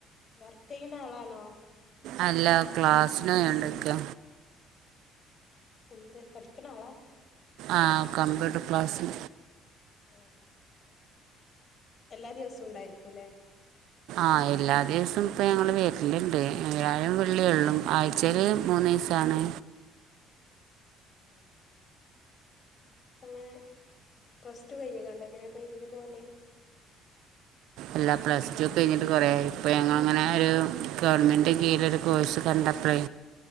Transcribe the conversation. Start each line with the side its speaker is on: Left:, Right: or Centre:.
Left: വർക്കെയുന്നളണോ
Right: അല്ല ക്ലാസ്സിനോയുണ്ടൊക്ക
Left: എന്ത് പഠിക്കണ ആളാ
Right: ആഹ് കമ്പ്യൂട്ടർ ക്ലാസ്സി
Left: ഓഹ് എല്ലാ ദിവസവും ഉണ്ടായിരിക്കുല്ലെ
Right: ആഹ് എല്ലാ ദിവസം ഇപ്പ ഞങ്ങള് വരലുണ്ട് വ്യാഴം വെള്ളിയെള്ളൂ ആയി ചെറി മൂന്ന് വയസ്സണ്
Left: ഉം അങ്ങനെ പ്ലസ് ടു കഴിഞ്ഞ കണ്ട എങ്ങനെ അപ്പ ഇതിന് പോലെ
Right: എല്ലാ പ്ലസ് ടു ഒക്കെ കഴിഞ്ഞിട്ട് കുറേ ആയി ഇപ്പൊ ഞങ്ങനെ ഒരു ഗവൺമെന്റെ കീഴിലോ കോഴ്സ് കണ്ടപ്പളേ